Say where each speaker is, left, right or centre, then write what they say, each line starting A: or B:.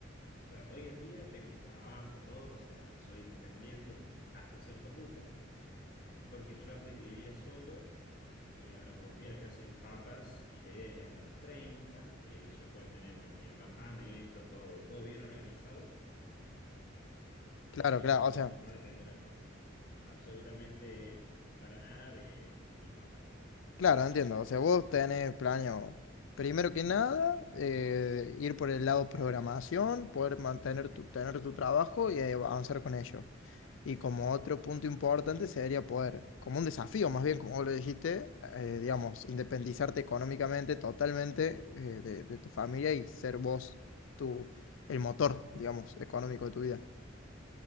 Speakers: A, on the left; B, on the left.
A: O sea, hoy en día tengo mi trabajo, todo, o sea, soy independiente hasta cierto punto, porque yo antes vivía solo, eh, ahora volví a la casa de mis papás y la idea es que a los 30 eh, ya poder tener, bueno, mi apartamento, todo, todo bien organizado
B: Claro,
A: y
B: claro, o sea.
A: no depender absolutamente para nada de, de mis papás, digamos.
B: Claro, entiendo. O sea, vos tenés planeado, primero que nada, eh, ir por el lado programación, poder mantener tu, tener tu trabajo y eh, avanzar con ello. Y como otro punto importante sería poder, como un desafío más bien, como vos lo dijiste, eh, digamos, independizarte económicamente totalmente eh, de, de tu familia y ser vos tu, el motor, digamos, económico de tu vida.